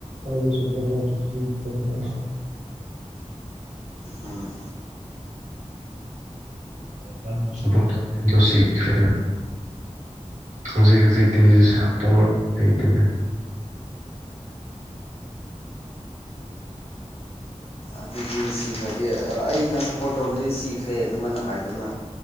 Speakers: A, on the right; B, on the left.
A: ꯑꯩꯒꯤ ꯁꯞꯄꯣꯇꯔꯗꯤ <unintelligible>
B: ꯎꯝ
A: ꯖꯄꯥꯟꯗꫭ ꯁꯄꯣꯔꯠ ꯇꯧꯕꯅꯦ ꯑꯗꫭ‌ ꯁꯤꯈ꯭ꯔꯦꯗꯅ ꯍꯧꯖꯤꯛ ꯍꯧꯖꯤꯛꯇꯤ ꯁꯄꯣꯔꯠ ꯂꯩꯇꯦꯗ
B: ꯑꯗꯨꯗꯤ ꯁꯤꯈ꯭ꯔꯗꯤ ꯑꯩꯅ ꯁꯞꯄꯣꯔꯠ ꯇꯧꯕꯗꯤ ꯁꯤꯈ꯭ꯔꯦ ꯑꯗꯨꯃꯥꯏꯅ ꯍꯥꯏꯗꯅ